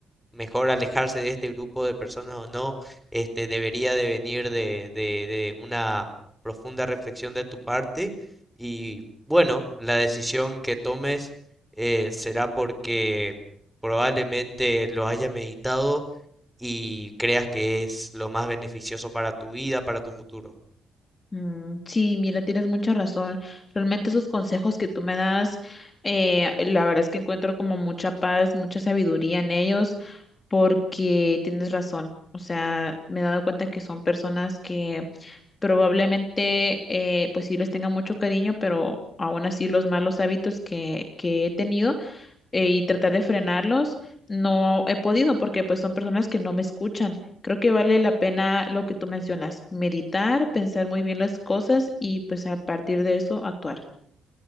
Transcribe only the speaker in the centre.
mejor alejarse de este grupo de personas o no, este, debería de venir de, de, de una profunda reflexión de tu parte y bueno, la decisión que tomes eh, será porque probablemente lo hayas meditado y creas que es lo más beneficioso para tu vida, para tu futuro.